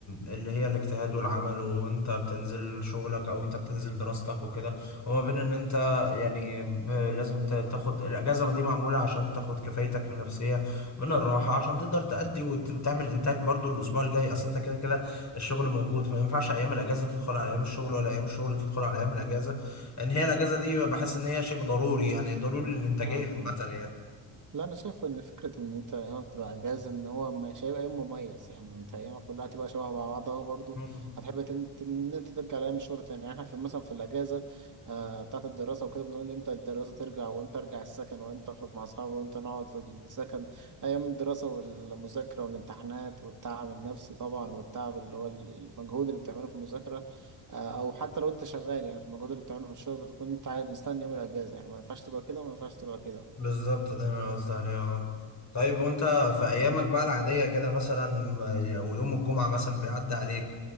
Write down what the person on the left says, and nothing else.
اللي هي الاجتهاد والعمل وانت بتنزل شغلك او انت بتنزل دراستك وكده وما بين ان انت يعني ب- لازم ت- تاخد الاجازه دي معموله عشان تاخد كفايتك النفسيه من الراحه عشان تقدر تأدي وتعمل انتاج برضو الاسبوع الجاي اصل انت كده كده الشغل موجود فما ينفعش ايام الاجازه تدخل على ايام الشغل ولا ايام الشغل تدخل على ايام الاجازه ان هي الاجازه دي بحس ان هي شيء ضروري يعني ضروري للانتاجيه
عامه
يعني
بالظبط ده اللي انا قصدي عليه اه طيب وانت في ايامك بقى العادية كده مثلا ما- او يوم الجمعة مثلا بيعدي عليك